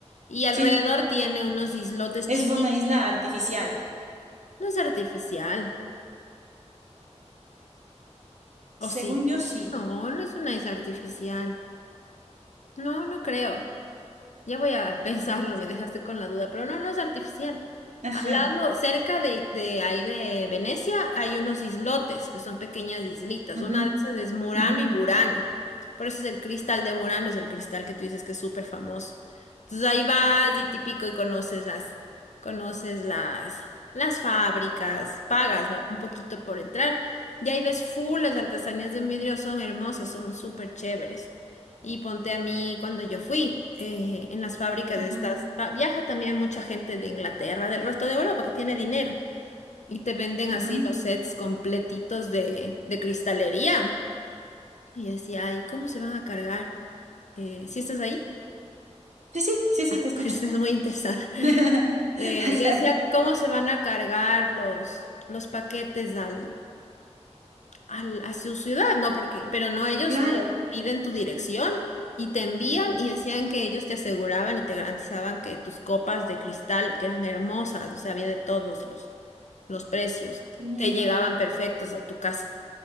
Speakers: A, on the left; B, on the right.
A: Y alrededor
B: Sí,
A: tiene unos islotes
B: es
A: chiquitos.
B: una isla artificial.
A: No es artificial. ¿O
B: Según
A: sí?
B: yo, sí.
A: No, no es una isla artificial. No, no creo. Ya voy a <laughs> pensarlo,
B: Eh, llevo.
A: me dejaste con la duda, pero no, no es artificial.
B: Ajá.
A: Al lado, cerca de, de ahí de Venecia, hay unos islotes, que son pequeñas islitas.
B: Ujú,
A: Una de esas es Murano
B: ujú,
A: y Burano. Por eso es el cristal de Murano, es el cristal que tú dices que es súper famoso. Entonces ahí vas y típico y conoces las, conoces las, las fábricas, pagas, ¿no? Un poquito por entrar. Y ahí ves full, las artesanías de vidrio son hermosas, son súper chéveres. Y ponte a mí cuando yo fui eh, en las fábricas de
B: ujú,
A: estas, va- viaja también mucha gente de Inglaterra, del resto de Europa que tiene dinero y te venden
B: ujú.
A: así los sets completitos de, de cristalería. Y yo decía, ay, ¿cómo se van a cargar? Eh, ¿sí estás ahí?
B: Sí, sí, sí, sí,
A: <laughs>
B: te escucho.
A: Estás muy interesada.
B: <laughs>
A: Eh,
B: Ajá.
A: yo decía, ¿cómo se van a cargar los, los paquetes al, al- a su ciudad, ¿no? Porque, pero no, ellos
B: Claro,
A: te piden tu dirección y te envían y decían que ellos te aseguraban y te garantizaban que tus copas de cristal, que eran hermosas, o sea, había de todos los, los precios,
B: qué lindo,
A: te llegaban perfectos a tu casa.